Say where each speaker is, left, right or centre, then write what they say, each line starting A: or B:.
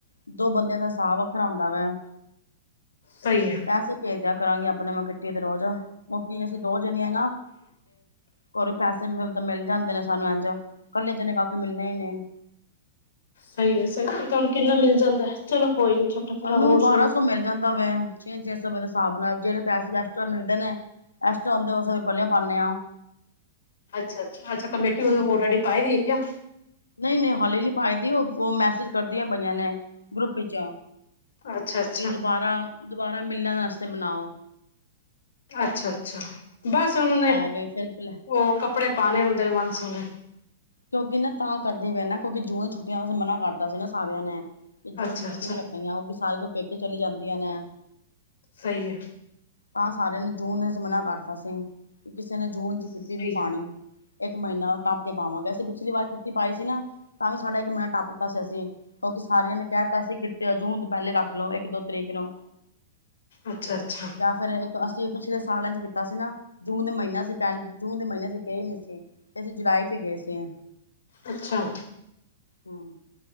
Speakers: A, on the left; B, on the left.
A: ਦੋ ਬੰਦਿਆਂ ਦਾ ਸਾਬ ਵੱਖਰਾ ਹੁੰਦਾ ਵੇ।
B: ਸਹੀ ਆ।
A: ਪੈਸੇ ਭੇਜ ਦੇਆਂ ਕਰਾਂਗੀ ਆਪਣੇ ਮੈਂ ਕਿੱਟੀ ਤੇ ਰੋਜ ੳਹ ਕੀ ਅਸੀਂ ਦੋ ਜਣੀਆਂ ਹੀ ਆਂ। ਘਰੋਂ ਪੈਸੇ ਮਿਲ ਜਾਂਦੇ ਨੇ ਸਾਨੂੰ ਏਂਜ ਕੱਲੇ ਜਣੇ ਜਾਕੇ ਮਿਲਣੇ ਹੀ ਨੀ।
B: ਸਹੀ ਹੈ ਸਹੀ ਤੁਹਾਨੂੰ ਕਿੰਨਾ ਮਿਲ ਜਾਂਦਾ ਚਲੋ ਕੋਈ ਨੀ ਭਰਾ
A: ਸਾਨੂੰ
B: ਹੋਰ
A: ਬਾਰਾਂ
B: ਸੁਣਾ
A: ਸੌ ਮਿਲ ਜਾਂਦਾ ਵੇ ਛੇ, ਛੇ ਸੌ ਦੇ ਹਿਸਾਬ ਨਾਲ ਜਿਹੜੇ ਪੈਸੇ ਐਕਸਟਰਾ ਮਿਲਦੇ ਨੇ ਐਕਸਟਰਾ ਹੁੰਦੇ ੳਹ ਪਲੀਔ ਪਾਂਦੇ ਹਾਂ।
B: ਅੱਛਾ- ਅੱਛਾ- ਅੱਛਾ ਕਮੇਟੀ ਔਲਰੈਡੀ
A: ਜਿਵੇਂ
B: ਪਾਈ ਦੀ ਏ ਕਿਆ।
A: ਨਹੀਂ- ਨਹੀਂ ਹਲੀ ਨੀ ਪਾਈਦੀ ਉਹ ਮੈਸੇਜ ਕਰਦੀਆਂ ਪਈਆਂ ਨੇ ਗਰੁੱਪ ਵਿੱਚ।
B: ਅੱਛਾ ਅੱਛਾ
A: ਕਿ ਦੁਬਾਰਾ -ਦੁਬਾਰਾ ਮਿਲਣ ਵਾਸਤੇ ਬਨਾਓ।
B: ਅੱਛਾ -ਅੱਛਾ ਬਸ ਉਹਨੇ
A: ਵੇ ਫਿਰ
B: ਉਹ ਕੱਪੜੇ ਪਾਣੇ ਹੁੰਦੇ ਨੇ ਵਨ ਸਵੰਨੇ।
A: ਕਿਉਂਕਿ ਤਾਂ ਕਰਦੀ ਪਏ ਨਾ ਕਿਉਂਕਿ ਜੂਨ ਛੁੱਟੀਆਂ ਮਨਾ ਕਰਦਾ ਸੀ ਨਾ ਸਾਰਿਆਂ ਨੇ। ਕਿ ਜੂਨ
B: ਅੱਛਾ
A: ਦੀ
B: ਅੱਛਾ
A: ਚਿ ਰੱਖਣੀਆਂ ਉਹ ਵੀ ਸਾਰ ਕੁ ਪੇਕੇ ਚਲੀ ਜਾਂਦੀਆਂ ਨੇ।
B: ਸਹੀ ਹੈ।
A: ਤਾਂ ਸਾਰਿਆਂ ਨੇ ਜੂਨ ਮਨਾ ਕਰਤਾ ਸੀ ਕਿਸੇ ਨੇ ਜੂਨ ਕਿੱਟੀ
B: ਸਹੀ
A: ਨੀ ਪਾਣੀ।
B: ਹੈ
A: ਇੱਕ ਮਹੀਨਾ ਟੱਪ ਕੇ ਪਾਵਾਂਗੇ ਅਸੀਂ ਪਿਛਲੀ ਵਾਰ ਕਿੱਟੀ ਪਾਈ ਸੀ ਨਾ। ਤਾਂ ਵੀ ਸਾਡਾ ਇੱਕ ਮਹੀਨਾ ਟੱਪ ਦਿੱਤਾ ਸੀ ਅਸੀਂ। ਕਿਉਂਕਿ ਸਾਰਿਆਂ ਨੇ ਕਹਿ ਦਿੱਤਾ ਸੀ ਕਿੱਟੀ ਜੂਨ ਤੋਂ ਪਹਿਲੇ ਰੱਖ ਲਓ ਇੱਕ ਦੋ ਤਰੀਕ ਨੂੰ।
B: ਅੱਛਾ -ਅੱਛਾ।
A: ਜਾਂ ਫੇਰ ਇੱਕ ਅਸੀਂ ਪਿਛਲੇ ਸਾਲਾਂ ਚ ਕੀਤਾ ਸੀ ਨਾ ਜੂਨ ਦੇ ਮਹੀਨਾ ਜੂਨ ਦੇ ਮਹੀਨੇ ਅਸੀ ਗਏ ਨੀ ਸੀ। ਤੇ ਜੁਲਾਈ ਚ ਗਏ ਸੀ।
B: ਅੱਛਾ।
A: ਹਮ,